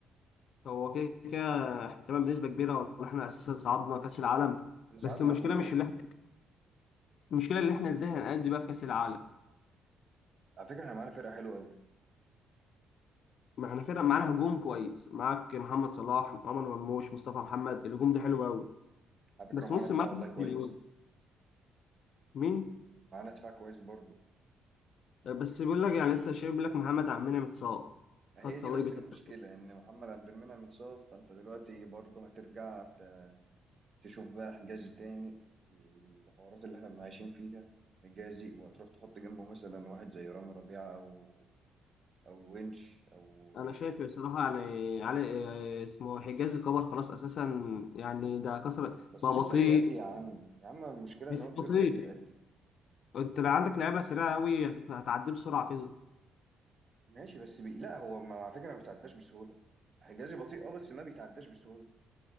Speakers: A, on the left (about 60°); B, on the right (about 35°).
A: هو كده كده احنا تمام بنسبه كبيره ولا احنا اساسا صعدنا كاس العالم
B: احنا ساعدنا
A: بس المشكله
B: اصلا خلاص
A: مش اللي احنا المشكله اللي احنا ازاي هنأدي بقى في كاس العالم
B: على فكرة احنا معانا فرقة حلوة قوي
A: ما احنا كده معانا هجوم كويس معاك محمد صلاح عمر مرموش مصطفى محمد الهجوم ده حلو قوي
B: على فكرة
A: بس
B: معانا
A: نص
B: دفاع
A: الملعب
B: والله
A: مش
B: كويس
A: مليون مين
B: معانا دفاع كويس برضه
A: بس بيقول لك يعني لسه شايف بيقول لك محمد عمنا متصاب
B: هي
A: خد صليبي
B: دي بس المشكلة
A: تبقى.
B: إن محمد عبد المنعم اتصاب فأنت دلوقتي برضه هترجع ت- تشوف بقى حجازي تاني والحوارات اللي إحنا بنعيشين فيها حجازي وهتروح تحط جنبه مثلا واحد زي رامي ربيعة أو أو الونش أو
A: انا شايف بصراحه يعني علي آه، اسمه حجاز كبر خلاص اساسا يعني ده كسر
B: بس
A: بقى
B: لسه
A: بطيء
B: بيأدي يا عم يا عم المشكلة
A: بس
B: إن هو كبير
A: بطيء
B: بس بيأدي
A: انت لو عندك لعيبه سريعه قوي هتعدي بسرعه كده
B: ماشي بس بي... لا هو ما على فكرة ما بيتعداش بسهولة حجازي بطيء أه بس ما بيتعداش بسهولة